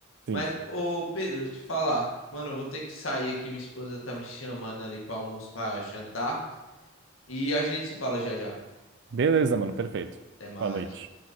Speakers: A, on the left; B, on the right.
A: Mas,
B: sim.
A: ô Pedro, te falar, mano, eu vou ter que sair aqui, minha esposa tá me chamando ali pra almoço, pra jantar, e a gente se fala já já.
B: Beleza, mano, perfeito.
A: Até mais.
B: Boa noite.